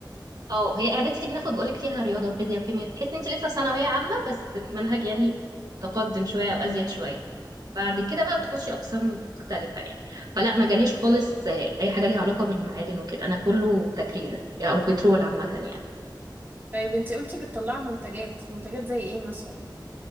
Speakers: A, on the right; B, on the right.
A: اه هي اعدادي دي بناخد بقول لك فيها رياضه وفيزياء وكيمياء تحس انت لسه في ثانويه عامه بس المنهج يعني تقدم شويه وازيد شويه بعد كده بقى بتخشي اقسام مختلفه يعني فلا ما جاليش خالص آه، اي حاجه ليها علاقه بالمعادن وكده انا كله تكرير او بترول عامه يعني
B: طيب أنتي قلتي بتطلعوا منتجات منتجات زي إيه مثلا؟